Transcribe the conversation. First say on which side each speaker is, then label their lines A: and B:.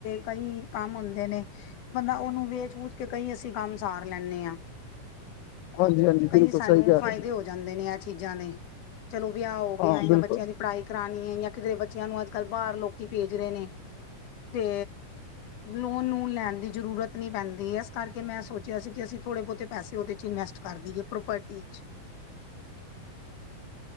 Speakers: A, on the left; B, on the left.
A: ਕਈ ਕੰਮ ਹੁੰਦੇ ਨੇ। ਬੰਦਾ ਉਹਨੂੰ ਵੇਚ ਵੂਚ ਕੇ ਕਈ ਅਸੀਂ ਕੰਮ ਸਾਰ ਲੈਂਦੇ ਹਾਂ।
B: ਹਾਂਜੀ ਹਾਂਜੀ
A: ਕਈ
B: ਬਿਲਕੁਲ
A: ਸਾਨੂੰ
B: ਸਹੀ ਕਹਿ
A: ਫਾਇਦੇ
B: ਰਹੇ
A: ਹੋ ਜਾਂਦੇ ਨੇ ਇਹ ਚੀਜ਼ਾਂ ਦੇ ਚਲੋ ਵਿਆਹ ਹੋ
B: ਤੁਸੀਂ
A: ਗਿਆ
B: ਹਾਂ
A: ਜਾਂ
B: ਬਿਲਕੁਲ
A: ਬੱਚਿਆਂ ਦੀ ਕਰਾਣੀ ਹੈ ਜਾਂ ਕਿਧ ਬੱਚਿਆਂ ਨੂੰ ਅੱਜ ਕੱਲ ਬਾਹਰ ਲੋਕੀ ਭੇਜ ਰਹੇ ਨੇ ਤੇ ਲੋਨ ਲੂਣ ਲੈਣ ਦੀ ਜ਼ਰੂਰਤ ਨਹੀਂ ਪੈਂਦੀ ਇਸ ਕਰਕੇ ਮੈਂ ਸੋਚਿਆ ਸੀ ਕਿ ਅਸੀਂ ਥੋੜੇ ਬਹੁਤੇ ਪੈਸੇ ਉਹਦੇ ਚ ਇਨਵੈਸਟ ਕਰਦੀਏ ਪ੍ਰੋਪਰਟੀ ਚ